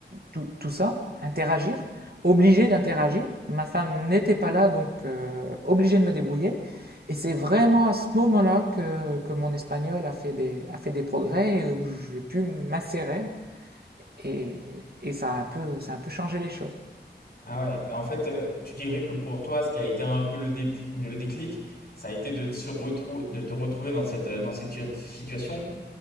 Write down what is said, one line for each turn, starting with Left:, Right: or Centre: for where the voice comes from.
Right: tout, tout ça, interagir, obligé d'interagir. Ma femme n'était pas là, donc euh, obligé de me débrouiller. Et c'est vraiment à ce moment-là que, que mon espagnol a fait des, a fait des progrès et où j'ai pu m'insérer. Et, et ça a un peu, ça a un peu changé les choses.
Left: Ah ouais, et en fait, heu, tu dirais que pour toi, ce qui a été un peu le dé le déclic, ça a été de te, se retrou de te retrouver dans cette, heu, dans cette tua situation